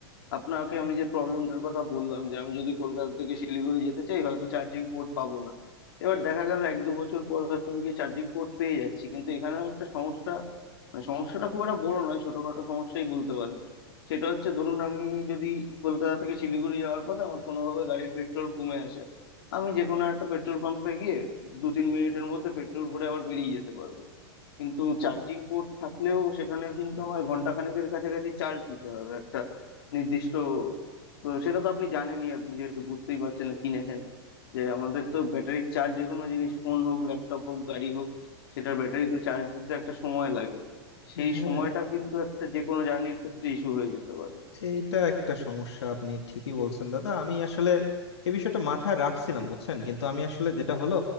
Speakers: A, on the left; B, on the left.
A: আপনাকে আমি যে প্রবলেমটার কথা বললাম যে আমি যদি কলকাতা থেকে শিলিগুড়ি যেতে চাই হয়তো চার্জিং পোর্ট পাবো না এবার দেখা গেল এক দু বছর পর হয়তো আমি গিয়ে চার্জিং পোর্ট পেয়ে যাচ্ছি কিন্তু এখানেও একটা সমস্যা মানে সমস্যাটা খুব একটা বড় নয় ছোটখাটো সমস্যাই বলতে পারেন সেটা হচ্ছে ধরুন আমি যদি কলকাতা থেকে শিলিগুড়ি যাওয়ার পথে আমার কোনোভাবে গাড়ির পেট্রোল কমে আসে আমি যে কোনো একটা পেট্রোল পাম্পে গিয়ে দু তিন মিনিটের মধ্যে পেট্রোল ভরে আবার বেরিয়ে যেতে পারবো কিন্তু চার্জিং পোর্ট থাকলেও সেখানে কিন্তু আমার ঘন্টা খানেকের কাছাকাছি চার্জ দিতে হবে একটা নির্দিষ্ট তো সেটা তো আপনি জানেনই আপনি যেহেতু বুঝতেই পারছেন না চিনেছেন যে আমাদের তো ব্যাটারির চার্জ যে কোনো জিনিস ফোন হোক ল্যাপটপ হোক গাড়ি হোক সেটার ব্যাটারি তো চার্জ দিতে একটা সময় লাগে সেই
B: হ্যাঁ,
A: সময়টা কিন্তু একটা যে কোনো জার্নির ক্ষেত্রে ইস্যু হয়ে যেতে পারে
B: এইটা একটা সমস্যা আপনি ঠিকই বলছেন দাদা আমি আসলে এই বিষয়টা মাথায় রাখছিলাম বুঝছেন কিন্তু আমি আসলে যেটা হলো